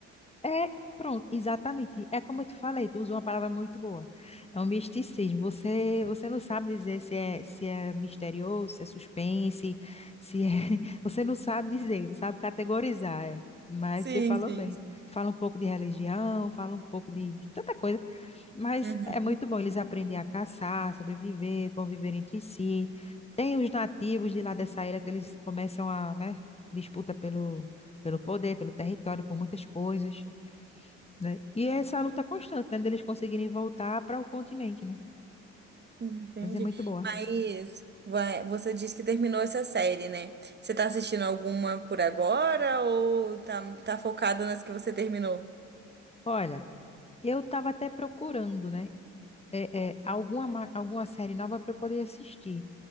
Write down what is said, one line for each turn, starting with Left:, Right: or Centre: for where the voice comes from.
Left: É, pronto, exatamente. É como eu te falei, tu usa uma palavra muito boa. É um misticismo. Você, você não sabe dizer se é, se é misterioso, se é suspense, se é... <laughs> Você não sabe dizer, não sabe categorizar, é. Mas
Right: Sim,
Left: você falou
Right: sim,
Left: bem.
Right: sim.
Left: Fala um pouco de religião, fala um pouco de, de tanta coisa, mas
Right: Uhum.
Left: é muito bom. Eles aprendem a caçar, sobreviver, conviver entre si. Tem os nativos de lá dessa ilha que eles começam a, né, disputa pelo, pelo poder, pelo território, por muitas coisas né? E é essa luta constante, né, deles conseguirem voltar para o continente, né?
Right: Entendi.
Left: Mas é muito boa.
Right: Mas vai, você disse que terminou essa série, né? Você tá assistindo alguma por agora ou tá, tá focada nas que você terminou?
Left: Olha, eu estava até procurando, né, é, é, alguma, ma- alguma série nova para eu poder assistir,